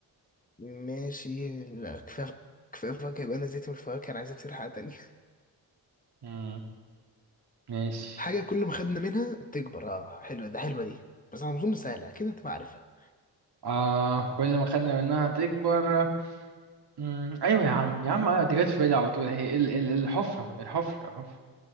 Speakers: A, on the left; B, on the right.
A: ماشي لا، كفاية كفاية فاكهة يبقى أنا زيت من الفواكه أنا عايز أفتكر حاجة تانية
B: مم. ماشي
A: <laughs> حاجة كل ما خدنا منها تكبر اه حلوة ده حلوة دي بس أنا أظن سهلة أكيد أنت عارفها
B: آه كل ما خدنا منها تكبر مم. ايوه يا عم يا عم آه، دي جت في بالي على طول اهي ال ال الحفرة الحفرة الحفرة